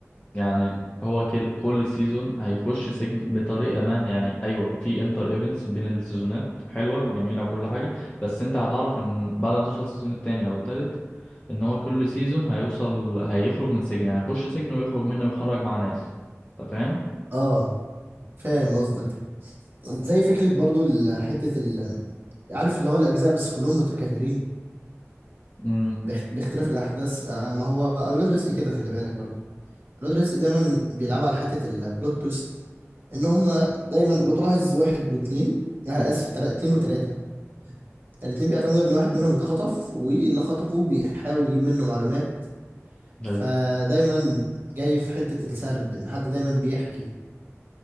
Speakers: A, on the left; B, on the right.
A: يعني هو كل كل سيزون هيخش سجن بطريقه ما يعني ايوه في انتر ايفنتس بين السيزونات حلوه جميله وكل حاجه بس انت هتعرف ان بعد ما توصل السيزون التاني او التالت ان هو كل سيزون هيوصل هيخرج من سجن يعني هيخش سجن ويخرج منه ويخرج مع ناس انت فاهم
B: اه فاهم قصدك زي فكره برضو ال- حته ال... عارف اللي هو الاجزاء بس كلهم متكررين
A: امم
B: باخت- باختلاف الاحداث آه ما هو اولاد رزق كده خلي بالك برضو اولاد رزق دايما بيلعبوا على حته البلوت تويست ان هم دايما لو تلاحظ واحد واثنين آه
A: مم.
B: اسف تلا- اتنين وتلاته يعني الاتنين بيعتمدوا ان واحد منهم اتخطف واللي خطفه بيحاول يجيب منه معلومات فدايما
A: ايوه
B: جاي في حتة السرد ان حد دايما بيحكي